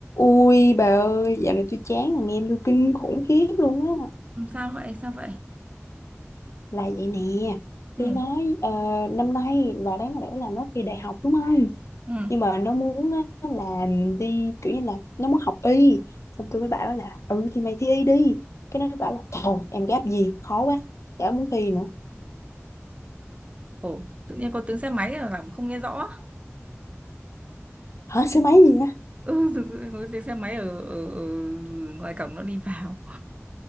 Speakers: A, on the left; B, on the right.
A: Ui bà ơi, dạo này tôi chán thằng em tôi kinh khủng khiếp luôn á.
B: Ừ, Sao vậy? Sao vậy?
A: Là vậy nè,
B: Ừ.
A: tôi nói ờ, năm nay là đáng lẽ là nó thi đại học đúng không?
B: Ừ.
A: Nhưng mà nó muốn á, là đi kiểu như là nó muốn học y. Xong tôi mới bảo là ừ thì mày thi y đi. Cái nó bảo là thôi em gáp gì khó quá, chả muốn thi nữa.
B: Ồ, tự nhiên có tiếng xe máy là làm không nghe rõ. <laughs>
A: Hả số mấy gì á?
B: Ừ, tự- có tiếng xe máy ở, ở, ở ngoài cổng nó đi vào.